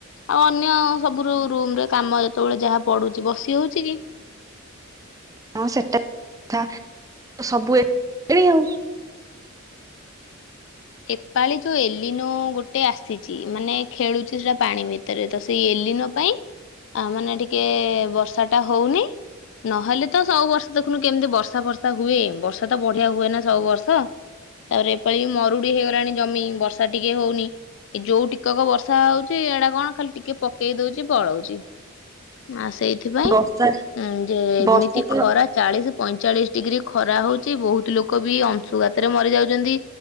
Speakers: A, on the left; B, on the right.
A: ଆଉ ଅନ୍ୟ ସବୁ ରୁମ୍ ରେ କାମ ଯେତେବେଳେ ଯାହା ପଡୁଚି ବସି ହୋଉଚି କି। <inaudible>
B: ହଁ ସେଟା ସତ କଥା ସବୁ <inaudible>
A: ଏପାଳି ଯୋଉ ଏଲିନୋ ଗୋଟେ ଆସିଚି ମାନେ ଖେଳୁଚି ସେଟା ପାଣି ଭିତରେ ତ ସେଇ ଏଲି ନୋ ପାଇଁ ଆ ମାନେ ଟିକେ ବର୍ଷା ଟା ହୋଉନି। ନହେଲେ ତ ସବୁ ବର୍ଷ ଦେଖୁନୁ କେମିତି ବର୍ଷା ଫର୍ଷା ହୁଏ। ବର୍ଷା ତ ବଢିଆ ହୁଏ ନା ସବୁ ବର୍ଷ। ତାପରେ ଏପାଳି ବି ମରୁଡି ହେଇଗଲାଣି ଜମି ବର୍ଷା ଟିକେ ହୋଉନି। ଯୋଉ ଟିକିକ ବର୍ଷା ହୋଉଚି ଏଇଟା କଣ ଖାଲି ଟିକେ ପକେଇ ଦୋଉଚି ପଳଉଚି। ଆ ସେଇଥିପାଇଁଁ
B: ବର୍ଷା
A: ଯେ ଏମିତି
B: ବର୍ଷା ତ
A: ଖରା ଚାଳିଶି ପଇଁଚାଳିଶି ଡିଗ୍ରୀ ଖରା ହୋଉଚି ବୋହୁତ ଲୋକ ବି ଅଂଶୁଘାତରେ ମରି ଯାଉଚନ୍ତି।